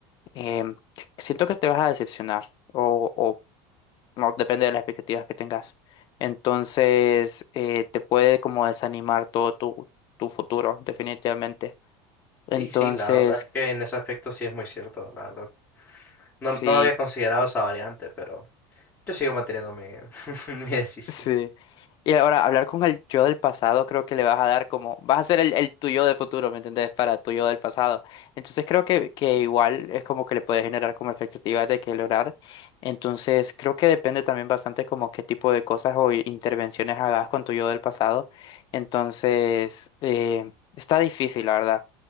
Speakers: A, on the left; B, on the left.
A: em, siento que te vas a decepcionar o, o no, depende de las expectativas que tengas. Entonces, eh, te puede como desanimar todo tu, tu futuro, definitivamente.
B: Sí,
A: Entonces,
B: sí, la verdad es que en ese aspecto sí es muy cierto, la verdad. No,
A: sí.
B: no había considerado esa variante, pero yo sigo manteniendo mi, <laughs> mi decisión.
A: Sí. Y ahora, hablar con el yo del pasado, creo que le vas a dar como, vas a ser el, el tuyo de futuro, ¿me entendés? Para tu yo del pasado. Entonces creo que, que igual es como que le puedes generar como expectativas de que lograr. Entonces creo que depende también bastante como qué tipo de cosas o i- intervenciones hagas con tu yo del pasado. Entonces, eh, está difícil, la verdad.